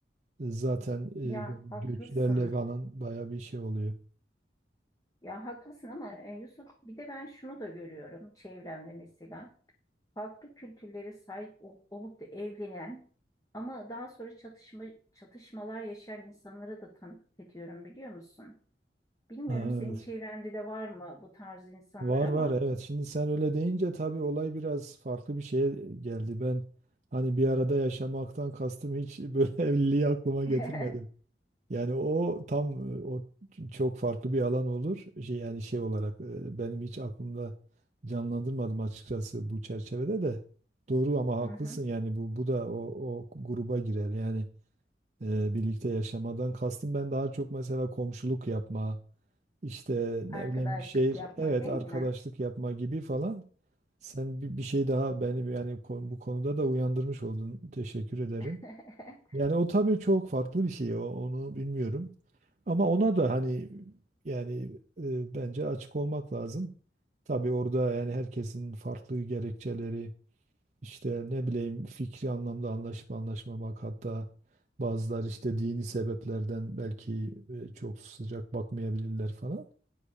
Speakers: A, on the right; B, on the left.
A: E, zaten e,
B: Ya
A: böyle
B: haklısın.
A: göçlerle falan baya bir şey oluyor.
B: Ya haklısın ama e, Yusuf bir de ben şunu da görüyorum çevremde mesela. Farklı kültürlere sahip ol- olup da evlenen ama daha sonra çatışma çatışmalar yaşayan insanlara da tanıklık ediyorum biliyor musun? Bilmiyorum
A: Ha,
B: senin
A: Evet.
B: çevrende de var mı bu tarz insanlar
A: Var
B: ama
A: var evet. Şimdi sen öyle deyince tabii olay biraz farklı bir şeye geldi. Ben hani bir arada yaşamaktan kastım hiç böyle <laughs> evliliği aklıma getirmedim.
B: <laughs>
A: Yani o tam e, o ç- çok farklı bir alan olur. Şey, yani şey olarak e, benim hiç aklımda canlandırmadım açıkçası bu çerçevede de. Doğru ama haklısın
B: Hı hı.
A: yani bu bu da o, o gruba girer. Yani e, birlikte yaşamadan kastım ben daha çok mesela komşuluk yapma, işte
B: arkadaşlık
A: ne bileyim bir şehir
B: yapma
A: evet
B: değil
A: arkadaşlık
B: mi?
A: yapma gibi falan. Sen bir, bir şey daha benim yani kon- bu konuda da uyandırmış oldun. Teşekkür ederim.
B: <laughs>
A: Yani o tabii çok farklı bir şey. O, onu bilmiyorum. Ama ona da hani yani e, bence açık olmak lazım. Tabii orada yani herkesin farklı gerekçeleri işte ne bileyim fikri anlamda anlaşıp anlaşmamak hatta bazıları işte dini sebeplerden belki e, çok sıcak bakmayabilirler falan.